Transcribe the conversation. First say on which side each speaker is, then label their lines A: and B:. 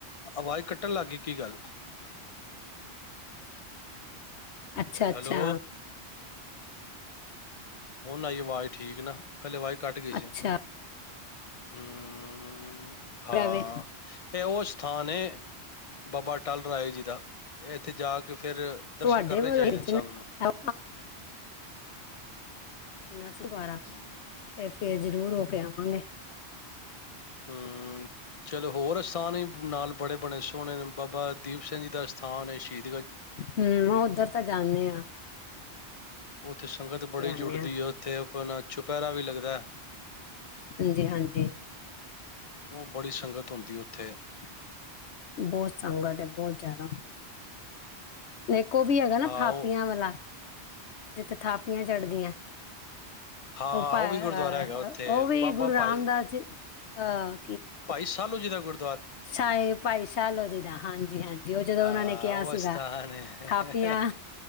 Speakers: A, on the left; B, on the left.
A: ਆਵਾਜ਼ ਕੱਟਣ ਲੱਗ ਗਈ ਕੀ ਗੱਲ
B: ਅੱਛਾ-ਅੱਛਾ
A: ਹੈਲੋ ਹੁਣ ਆਈ ਏ ਆਵਾਜ਼ ਠੀਕ ਨਾ ਪਹਿਲੇ ਆਵਾਜ ਕੱਟ ਗਈ
B: ਅੱਛਾ
A: ਸੀ <inaudible> ਹਾਂ,
B: ਰਵੇ
A: ਇਹ ਉਹ ਸ ਸਥਾਨ ਏ, ਬਾਬਾ ਅਟਲ ਰਾਏ ਜੀ ਦਾ ਇੱਥੇ ਜਾ ਕੇ ਫਿਰ,
B: ਤੁਹਾਡੇ
A: ਦਰਸ਼ਨ ਕਰਨੇ
B: ਵੱਲ
A: ਚਾਹੀਦੇ
B: ਵਿੱਚ
A: ਨੇ
B: ਨਾ
A: ਸਭ ਨੂੰ
B: ਆਓ, ਉਨਾ ਸ ਬਾਰਾਂ
A: ਹਮ
B: <unintelligible> ਜ਼ਰੂਰ ਹੋ ਕੇ ਆਵਾਂਗੇ
A: ਹਮ, ਚਲੋ ਹੋਰ ਅਸਥਾਨ ਵੀ ਨਾਲ ਬੜੇ- ਬਣੇ ਸੋਹਣੇ ਨੇ ਬਾਬਾ ਦੀਪ ਸਿੰਘ ਜੀ ਦਾ ਅਸਥਾਨ ਹੈ ਸ਼ਹੀਦ
B: ਹਮ, ਉੱਧਰ ਤਾਂ ਜਾਂਦੇ ਹਾਂ
A: ਉੱਥੇ ਸੰਗਤ ਬੜੀ
B: ਆਉਂਦੇ
A: ਜੁੜਦੀ
B: ਆ
A: ਹੈ, ਉੱਥੇ ਆਪਣਾ ਚੁਪਹਿਰਾ ਵੀ ਲੱਗਦੈ
B: ਹਾਂਜੀ ਹਾਂਜੀ
A: ਉਹ ਬੜੀ ਸੰਗਤ ਹੁੰਦੀ ਉੱਥੇ ਥੇ
B: ਬਹੁਤ ਸਗਤ ਏ, ਬਹੁਤ ਜ਼ਿਆਦਾ ਨਹੀਂ ਓ ਵੀ ਹੈਗਾ ਨਾ,
A: ਹਾਂ
B: ਥਾਪੀਆਂ
A: ਉਹ
B: ਵਾਲਾ ਜਿੱਥੇ ਥਾਪੀਆਂ ਚੜ੍ਹਦੀਆਂ
A: ਹਾਂ
B: ਉਹ ਪਹਰ
A: ਵੀ ਗੁਰਦੁਆਰਾ ਹੈਗਾ ਉੱਥੇ
B: ਓਵੀ
A: ਬਾਬਾ
B: ਗੁਰੂ ਰਾਮਦਾਸ
A: ਭਾਈ
B: ਜੀ ਹਾਂ
A: ਭਾਈ ਸਾਲੋ ਜੀ ਦਾ ਗੁਰ
B: ਸਾ਼ਹੀ ਭਾਈ ਸਾਲੋ ਜੀ ਦਾ ਹਾਂਜੀ-ਹਾਂਜੀ ਜੇ ਉਹ ਜਦੋਂ
A: ਹਾਂ,
B: ਉਹਨਾਂ ਨੇ ਕਿਹਾ
A: ਉਹ
B: ਸੀਗਾ,
A: ਅਸਥਾਨ ਹੈ।
B: ਥਾਪੀਆਂ